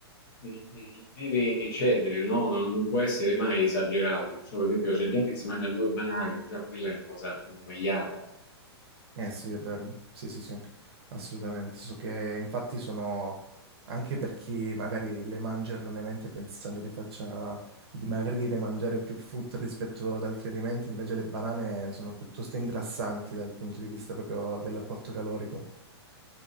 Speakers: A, on the left; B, on the right.
A: non non deve eccedere, no? Non può essere mai esagerato. Perciò, per esempio, c'è gente che si mangia due banane, già quella è una cosa sbagliata.
B: Eh sì, è vero, sì sì sì, assolutamente. So che infatti sono, anche per chi magari le mangia erroneamente pensando che faccia dimagrire, mangiare più frutta rispetto ad altri alimenti, invece le banane sono piuttosto ingrassanti dal punto di vista proprio dell'apporto calorico.